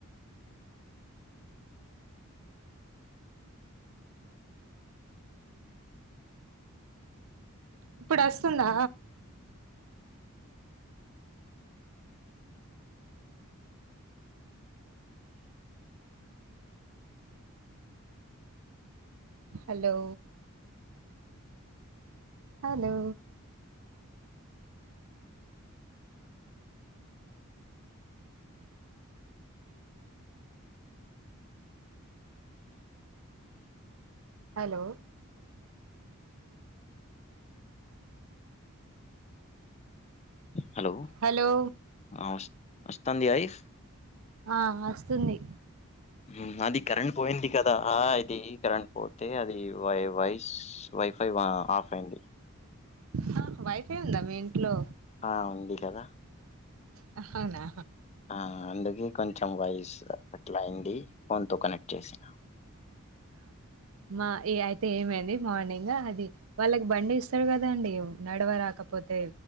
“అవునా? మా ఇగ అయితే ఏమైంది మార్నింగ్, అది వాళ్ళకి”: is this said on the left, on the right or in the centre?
Right